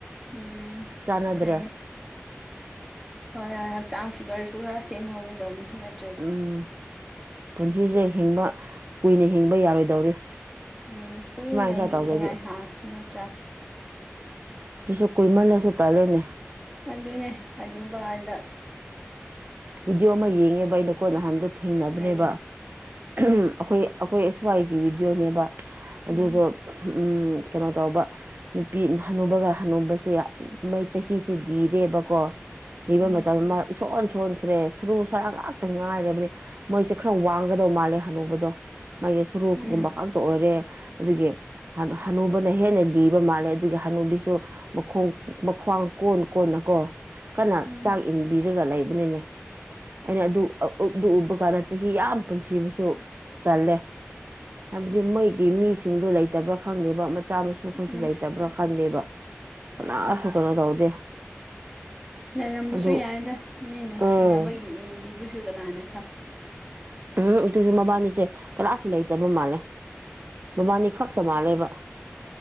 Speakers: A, in the centre; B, on the right (about 45°).
A: ꯎꯝ
B: ꯆꯥꯟꯅꯗ꯭ꯔꯦ
A: ꯐꯩꯌꯦ ꯍꯣꯏ ꯍꯣꯏ ꯍꯛꯆꯥꯡ ꯐꯤꯒꯔꯁꯨ ꯈꯔ ꯁꯦꯝꯍꯧꯒꯇꯧꯕꯅꯤ ꯅꯠ
B: ꯎꯝ ꯄꯨꯟꯁꯤꯁꯦ ꯍꯤꯡꯕ ꯀꯨꯏꯅ ꯍꯤꯡꯕ ꯌꯥꯔꯣꯏꯗꯧꯔꯤ
A: ꯎꯝ ꯀꯨꯏꯅ
B: ꯁꯨꯃꯥꯏꯅ ꯈꯔ
A: ꯍꯤꯡꯅꯤꯡꯉꯥꯏ
B: ꯇꯧꯗ꯭ꯔꯗꯤ
A: ꯍꯥ ꯅꯠꯇ꯭ꯔꯥ
B: ꯑꯗꯨꯨꯁꯨ ꯀꯨꯏꯃꯜꯂꯁꯨ ꯇꯥꯂꯦꯅꯦ
A: ꯑꯗꯨꯅꯦ ꯍꯥꯅꯨꯕ ꯀꯥꯟꯗ
B: ꯚꯤꯗꯤꯑꯣ ꯑꯃ ꯌꯦꯡꯉꯦꯕ ꯑꯩꯗꯣꯀꯣ ꯅꯍꯥꯟꯗꯣ ꯊꯦꯡꯅꯕꯅꯦꯕ
A: ꯎꯝ
B: ꯎꯝ ꯑꯩꯈꯣꯏ ꯑꯩꯈꯣꯏ ꯑꯦꯁ ꯋꯥꯏꯒꯤ ꯚꯤꯗꯤꯑꯣꯅꯦꯕ
A: ꯎꯝ
B: ꯑꯗꯨꯗꯣ ꯀꯩꯅꯣ ꯇꯧꯕ ꯅꯨꯄꯤ ꯍꯅꯨꯕꯒ ꯍꯅꯨꯕꯁꯦ ꯃꯣꯏ ꯆꯍꯤꯁꯦ ꯂꯤꯔꯦꯕꯀꯣ ꯃꯇꯝ
A: ꯎꯝ
B: ꯃꯥ ꯏꯁꯣꯟ ꯁꯣꯟ ꯍꯔꯦ ꯁꯔꯨ ꯁꯔꯥꯡ ꯉꯥꯛꯇ ꯉꯥꯏꯔꯕꯅꯦ ꯃꯣꯏꯁꯦ ꯈꯔ ꯋꯥꯡꯒꯗꯧ ꯃꯥꯜꯂꯦ ꯍꯅꯨꯕꯗꯣ ꯃꯥꯒꯤ ꯁꯨꯔꯨꯒꯨꯝꯕ
A: ꯎꯝ
B: ꯈꯥꯛꯇ ꯑꯣꯏꯔꯦ ꯑꯗꯨꯒꯤ ꯍꯅꯨꯕꯅ ꯍꯦꯟꯅ ꯂꯤꯕ ꯃꯥꯜꯂꯦ ꯑꯗꯨꯒꯤ ꯍꯅꯨꯕꯤꯁꯨ ꯃꯈꯣꯡ ꯃꯈ꯭ꯋꯥꯡ ꯀꯣꯟ ꯀꯣꯟꯅꯀꯣ ꯀꯟꯅ
A: ꯎꯝ
B: ꯆꯥꯛ ꯏꯟꯕꯤꯔꯒ ꯂꯩꯕꯅꯤꯅꯦ ꯑꯩꯅ ꯑꯗꯨ ꯑꯗꯨ ꯎꯕ ꯀꯥꯟꯗ ꯆꯍꯤ ꯌꯥꯝ ꯄꯨꯟꯁꯤꯕꯁꯨ ꯇꯜꯂꯦ ꯍꯥꯏꯕꯗꯤ ꯃꯣꯏꯒꯤ ꯃꯤꯁꯤꯡꯗꯨ ꯂꯩꯇꯕ꯭ꯔꯥ ꯈꯪꯗꯦꯕ ꯃꯆꯥ ꯃꯁꯨ ꯈꯣꯏꯁꯨ
A: ꯎꯝ
B: ꯂꯩꯇꯕ꯭ꯔꯥ ꯈꯪꯗꯦꯕ ꯀꯅꯥꯁꯨ
A: ꯎꯝ
B: ꯀꯩꯅꯣ ꯇꯧꯗꯦ
A: ꯂꯩꯔꯝꯕꯁꯨ
B: ꯑꯗꯨ
A: ꯌꯥꯏꯗ ꯃꯤ ꯅꯨꯡꯁꯤꯅꯕꯒꯤ
B: ꯎꯝ
A: ꯏꯟꯕꯤꯕꯁꯨ ꯀꯅꯥꯅ ꯈꯪ
B: ꯎꯝ ꯑꯗꯨꯁꯨ ꯃꯕꯥꯅꯤꯁꯦ ꯀꯅꯥꯁꯨ ꯂꯩꯇꯕ ꯃꯥꯜꯂꯦ ꯃꯕꯥꯅꯤ ꯈꯛ ꯇ ꯃꯤꯂꯦꯕ